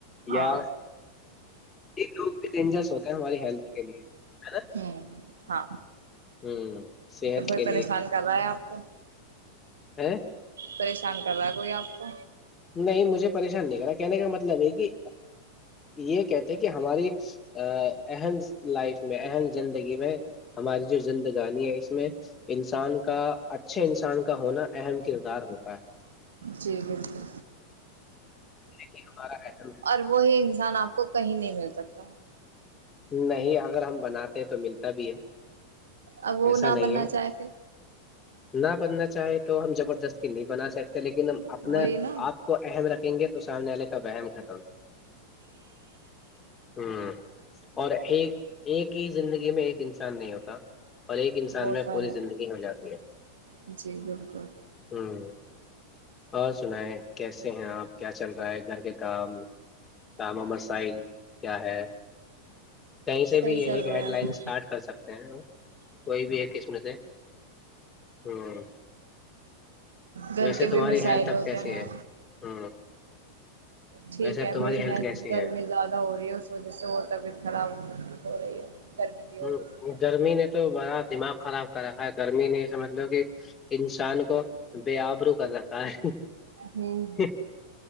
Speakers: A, on the right; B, on the left.
A: ہاں
B: یا ایک لوگ بھی ڈینجرس ہوتے ہیں ہماری ہیلتھ کے لیے ہے نا
A: ہ ہاں
B: ہ صحت
A: تو کوئی
B: کے
A: پریشان
B: لیے
A: کر رہا ہے آپ <unintelligible>
B: <unintelligible>
A: پریشان کر رہا ہے کوئی آپ کو
B: نہیں مجھے پریشان نہیں کرا کہنے کا مطلب یہ کہ یہ کہتے کہ ہماری اہم لائف میں اہم زندگی میں ہماری جو زندگانی ہے اس میں انسان کا اچھے انسان کا ہونا اہم کردار ہوتا ہے
A: جی بالکل
B: ل ہمارا کیسا
A: اور وہی انسان آپ کو کہیں نہیں مل سکتا
B: نہیں اگر ہم بناتے ہیں تو ملتا بھی ہے
A: اب وہ
B: ایسا
A: نہ
B: نہیں
A: بننا
B: ہے
A: چاہے پھر
B: نہ بننا چاہے تو ہم زبردستی نہیں بنا سکتے لیکن ہم اپنے
A: وہی نا
B: آپ کو اہم رکھیں گے تو سامنے والے کا وہم ختم ہ اور ایک ایک ہی زندگی میں ایک انسان نہیں ہوتا اور ایک انسان
A: بہت
B: میں
A: سارے
B: پوری زندگی ہو جاتی ہے
A: جی بالکل
B: ہوں اور سنا ہے کیسے ہیں آپ کیا چل رہا ہے گھر کے کام کام و مسائل کیا ہے کہیں سے
A: صحیح
B: بھی یہ
A: چل
B: ایک
A: رہے
B: ہیڈ لائن
A: ہیں
B: اسٹارٹ کر سکتے ہیں کوئی بھی ایک قسم سے ہ
A: گھر
B: ویسے
A: کے
B: تمہاری
A: بھی مسائل
B: ہیلھ اب
A: ہوتے
B: کیسی
A: ہیں
B: ہے ہ
A: ٹھیک
B: ویسے
A: ہے
B: اب تمہاری
A: میری ہیلتھ
B: کیسی
A: گرمی
B: ہے
A: زیادہ ہو رہی ہے اس وجہ سے اور طبیعت خراب ہو رہی ہے گرمی کی
B: ہ
A: وجہ سے
B: گرمی نے تو بڑا دماغ خراب کر رکھا ہے گرمی نے سمجھ لو کہ انسان کو بے آبرو کر رکھا ہے
A: ہوں
B: <inaudible>